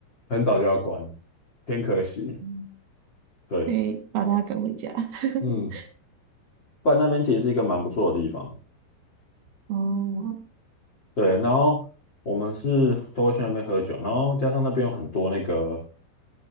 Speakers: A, on the left; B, on the right.
A: 很早就要关，偏可惜。
B: 嗯，
A: 对，
B: 对，把大家赶回家。<laughs>
A: 嗯，不然那边其实是一个蛮不错的地方。
B: 哦，
A: 对，然后我们是都会去那边喝酒，然后加上那边有很多那个，